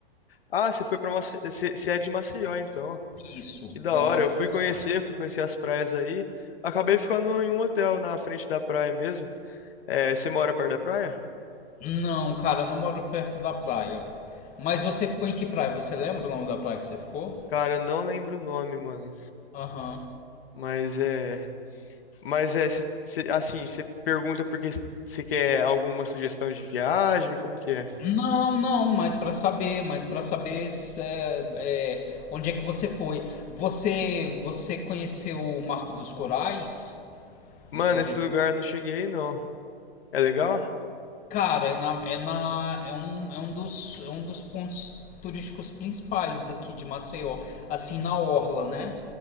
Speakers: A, on the left; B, on the left.
A: Ah, você foi pra Maceió. Você você é de Maceió, então.
B: Isso.
A: Que da
B: Eu
A: hora.
B: moro
A: Eu
B: em
A: fui
B: Maceió.
A: conhecer, fui conhecer as praias aí. Acabei ficando em um hotel na frente da praia mesmo. É, você mora perto da praia?
B: Não, cara, eu não moro perto da praia. Mas você ficou em que praia? Você lembra o nome da praia que você ficou?
A: Cara, eu não lembro o nome, mano.
B: Aham.
A: Mas é. Mas é, cê- cê- assim, você pergunta porque você quer alguma sugestão de viagem? Como que é?
B: Não, não, mas para saber, mas para saber é, é, onde é que você foi. Você, você conheceu o Marco dos Corais?
A: Mano,
B: Você visitou?
A: esse lugar eu não cheguei, não. É legal?
B: Cara, é na, é na é um, é um dos é um dos pontos turísticos principais daqui de Maceió, assim na orla, né?